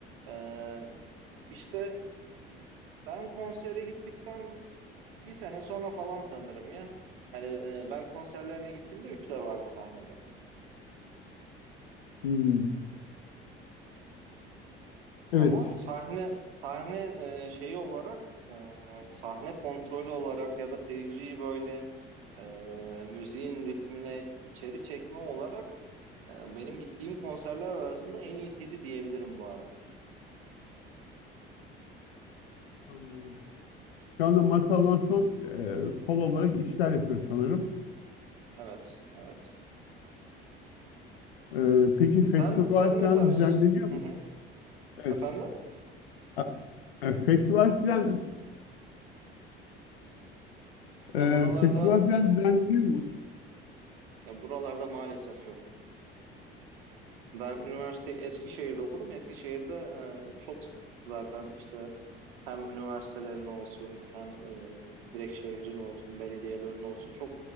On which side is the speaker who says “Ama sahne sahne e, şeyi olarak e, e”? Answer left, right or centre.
Right